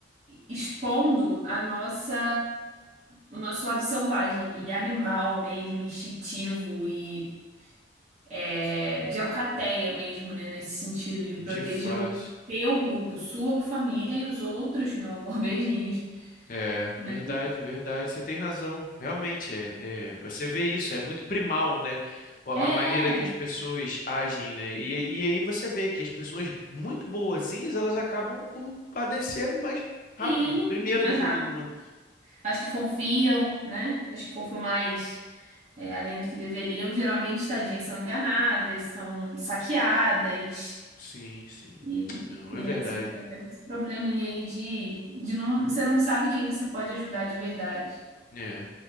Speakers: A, on the right (about 35°); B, on the left (about 45°).
A: expondo a nossa, o nosso lado selvagem e animal mesmo, instintivo e é, de alcateia mesmo, né? Nesse sentido de proteger
B: de fato.
A: o teu grupo, sua família e os outros, meu amor, <laughs> beijinhos,
B: É,
A: né?
B: verdade, verdade. Você tem razão. Realmente, é, é, você vê isso, é muito primal, né? A
A: É,
B: a maneira que as pessoas agem, né? E, e aí você vê que as pessoas muito boazinhas, elas acabam por padecer mais rápido,
A: sim,
B: primeiro
A: mais
B: do que
A: rápido.
B: todo mundo.
A: Acho que confiam, né? Acho que confiam mais. é, além do que deveriam, geralmente, tadinhas, são enganadas, são saqueadas.
B: Sim, sim.
A: E,
B: Não,
A: e
B: é verdade.
A: aí você fica até com esse probleminha aí de, de não, você não sabe quem você pode ajudar de verdade.
B: É.